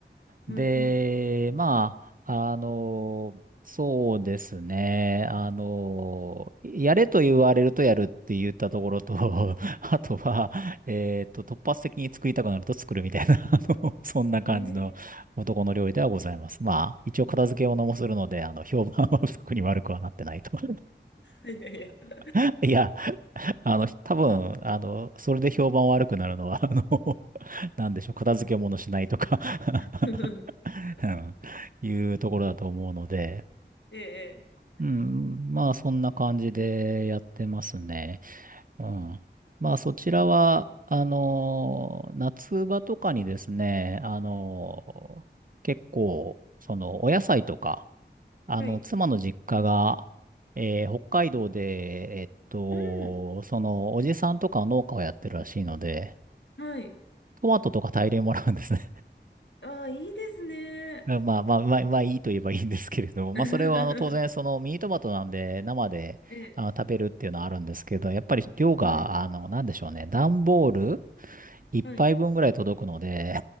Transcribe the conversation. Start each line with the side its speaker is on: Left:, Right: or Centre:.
Left: はいはい。
Right: で、まあ、あの、そうですね。あの、やれと言われるとやるって言ったところと、<laughs> あとは、えっと、突発的に作りたくなると作るみたいな、<laughs> あの、そんな感じの男の料理ではございます。
Left: ええ
Right: まあ、一応片付け物もするので、あの、評判は特に悪くはなってないと。
Left: いやいやいや。
Right: <laughs> いや、あの、多分、あの、それで評判悪くなるのは、あの、<laughs> なんでしょう、片付け物しないとか
Left: <laughs>
Right: <laughs> うんいうところだと思うので、
Left: ええ
Right: うん、まあ、そんな感じでやってますね。うん。まあ、そちらは、
Left: ええ
Right: あの、夏場とかにですね、あの、結構、その、お野菜とか、あの、
Left: はい。
Right: 妻の実家が、えー北海道で、えっと、
Left: うん。
Right: その、おじさんとか農家をやってるらしいので、
Left: はい。
Right: トマトとか大量にもらうんですね。
Left: ああ、いいですね。
Right: <laughs> まあまあ、まあ、まあいいと言えばいいんですけれども、まあそれはあの当然そのミニトマトなんで生であの食べるっていうのはあるんですけど、
Left: <laughs> ええ、
Right: やっぱり量が、
Left: はい、
Right: あの、なんでしょうね、段ボール一杯分ぐらい届くので、
Left: はい、